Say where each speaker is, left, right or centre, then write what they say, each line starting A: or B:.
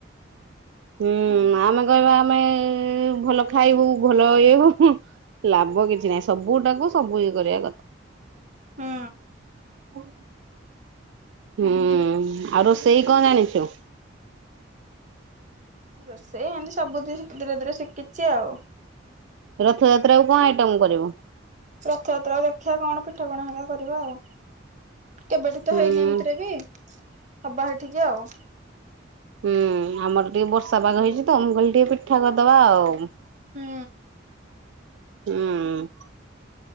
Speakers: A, on the right (about 70°); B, on the right (about 40°).
A: ହୁଁ ଆମେ କହିବା ଆମେ ଭଲ ଖାଇବୁ ଭଲ ଇଏ ହବୁ। ଲାଭ କିଛି ନାହିଁ ସବୁ ଟାକୁ ସବୁ ଇଏ କରିବା କଥା।
B: ହୁଁ
A: ହ <unintelligible> ହୁଁ ଆଉ ରୋଷେଇ କଣ ଜାଣିଛୁ?
B: ରୋଷେଇ ଏମିତି ସବୁଥିରେ ଧୀରେ ଧୀରେ ଶିଖିଛି ଆଉ।
A: ରଥଯାତ୍ରା କୁ କଣ ଆଇଟମ କରିବୁ?
B: ରଥଯାତ୍ରାକୁ ଦେଖିବା କଣ ପିଠାପଣା ହେରିକା କରିବା ଆଉ। କେବେଠୁ ତ
A: ହୁଁ
B: ହେଇନି ଏମିତିରେ ବି ହବା ହେଠିକି ଆଉ।
A: ହୁଁ ଆମର ଟିକେ ବର୍ଷା ପାଗ ହେଇଛି ତ ମୁଁ କହିଲି ଟିକେ ପିଠା କରିଦବା ଆଉ।
B: ହୁଁ।
A: ହୁଁ।